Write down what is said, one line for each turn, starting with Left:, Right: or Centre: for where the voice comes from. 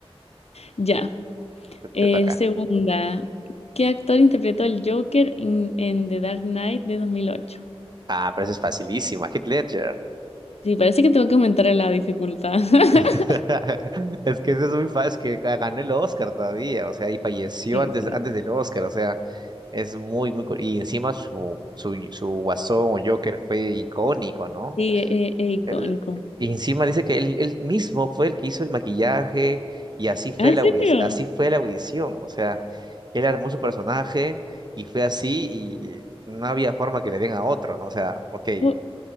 Left: Ya. Eh,
Right: Te toca.
Left: segunda, ¿qué actor interpretó el Joker en, en The Dark Knight de 2008?
Right: Ah, pero eso es facilísima. Heath Ledger.
Left: Sí, parece que tengo que aumentar la dificultad. <laughs>
Right: <laughs> Es que eso es muy fácil, que ga- ganó el Oscar todavía, o sea, y falleció
Left: Sí,
Right: antes,
Left: sí.
Right: antes del Oscar, o sea, es muy, muy... cu- Y encima su, su, su Guasón o Joker fue icónico, ¿no?
Left: Sí, e- es, icónico.
Right: El, y encima dice que él, él mismo fue el que hizo el maquillaje y así fue
Left: Ah, ¿En
Right: la
Left: serio?
Right: audi- así fue la audición, o sea, él armó su personaje y fue así y no había forma que le den a otro, ¿no? O sea, ok,
Left: O,